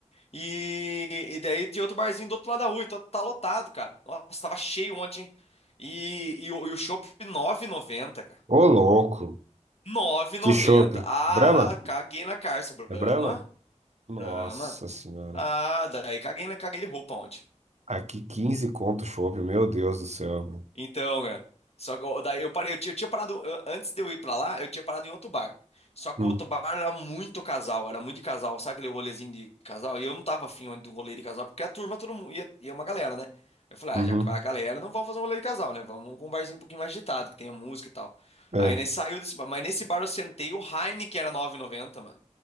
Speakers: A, on the left; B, on the right.
A: E, e daí tinha outro barzinho do outro lado da rua, então tá lotado, cara. Nossa, tava cheio ontem, hein? E, e, o e o chopp R$ 9,90, cara
B: Ô, louco.
A: nove e
B: Que
A: noventa
B: chopp.
A: Ah,
B: Brahma?
A: caguei na calça. Brahma,
B: É Brahma? Nossa
A: Brahma.
B: senhora.
A: Ah, daí caguei na caguei de roupa ontem.
B: Aqui 15 conto o chopp, meu Deus do céu.
A: Então, cara. Só que eu- daí eu parei, eu tinha, eu tinha parado eu- antes de eu ir pra lá, eu tinha parado em outro bar. Só que
B: Hum,
A: o outro bar era muito casal, era muito de casal, sabe aquele rolezinho de casal? E eu não tava afim de um rolê de casal, porque a turma todo mundo ia, ia uma galera, né? Eu falei,
B: uhum.
A: ah, já que vai a galera, não vamos fazer um rolê de casal, né? Vamos pra um barzinho um pouquinho mais agitado, que tenha música e tal.
B: É.
A: Aí nesse saiu desse bar, mas nesse bar eu sentei o Heineken era nove e noventa mano.